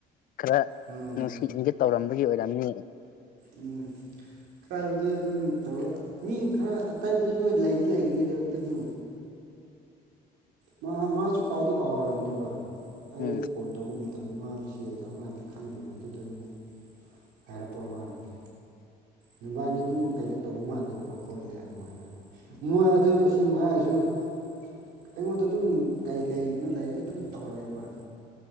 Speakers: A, on the left (about 55°); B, on the right (about 90°).
A: ꯈꯔ
B: ꯎꯝ
A: ꯅꯨꯡꯁꯤ ꯏꯡꯒꯤꯠ ꯇꯧꯔꯝꯕꯒꯤ ꯑꯣꯏꯔꯝꯅꯤ꯫
B: ꯎꯝ꯫ ꯈꯔꯕꯨꯗꯤ ꯑꯗꯨꯝ ꯇꯧꯔ ꯃꯤ ꯈꯔ ꯑꯇꯩꯕꯨꯗꯤ ꯂꯣꯏ ꯂꯩꯗꯤ ꯂꯩꯒꯅꯤꯗꯕ ꯑꯗꯨꯕꯨ ꯃꯥ ꯃꯥꯁꯨ ꯀꯥꯎꯗꯤ ꯀꯥꯎꯈꯔꯕꯅꯦꯕ ꯑꯩ
A: ꯎꯝ
B: ꯑꯗꯨ ꯐꯣꯟ ꯇꯧꯕ ꯃꯇꯝꯗ ꯃꯥ ꯆꯦꯜ ꯇꯧꯕ ꯀꯥꯟꯗ ꯈꯪꯗꯕꯗꯨꯗ ꯑꯃꯨꯛ ꯍꯥꯏꯔꯛꯄ ꯋꯥꯅꯤꯗ꯫ ꯅꯨꯕꯥꯅꯤ ꯑꯗꯨꯝ ꯀꯩꯅꯣ ꯇꯧꯕ ꯃꯥꯜꯂꯦꯀꯣ ꯈꯣꯠꯂꯦ ꯑꯃꯨꯛ ꯍꯥꯏꯔꯄ ꯃꯣꯏ ꯑꯗꯨ ꯁꯤ <unintelligible> ꯑꯩꯉꯣꯟꯗ ꯑꯗꯨꯝ ꯀꯔꯤ ꯀꯔꯤꯅꯣ ꯂꯩꯔꯤꯗ ꯑꯗꯨꯝ ꯇꯧꯔꯛꯑꯦꯕ꯫